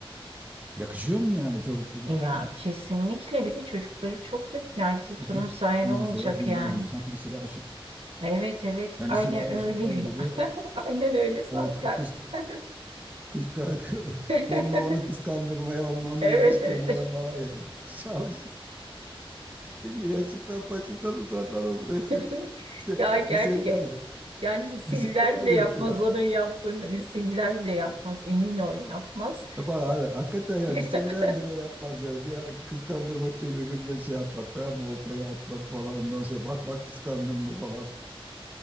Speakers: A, on the right (about 15°); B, on the right (about 80°).
A: Yakışıyor mu yani çoluk çocuk
B: E, ya kesinlikle bir de çocukları çok büyük. Neredeyse
A: tutsun.
B: torun sahibi
A: Ondan
B: olacak
A: sonra birinden
B: yani.
A: öbürüne sanki liseli aşık.
B: Evet evet
A: Yani
B: aynen
A: liseli aşıklar
B: öyle.
A: gibi
B: <laughs> Aynen öyle zaten.
A: ha, kı- kız
B: <laughs>
A: kız <laughs>
B: <laughs>
A: onunla onu kıskandırmaya, onunla onu
B: Evet
A: yarıştırmaya
B: evet.
A: falan ya. <laughs> çalış. Peki yaşından başından tutarlar o buraya seni.
B: <laughs>
A: İşte
B: Ya gerçek
A: liseliler ya.
B: yani misiller
A: Liseliler bunu
B: bile yapmaz
A: yapıyor.
B: onun yaptığını misiller bile yapmaz emin ol yapmaz.
A: Yapar, ha, hakikaten ya
B: <laughs>
A: liseliler bile öyle yapmaz yani. Bir ara kıskandırmak için öbürüne şey yapmak tamam mı? Oltayı atmak falan ondan sonra bak bak kıskandın mı falan.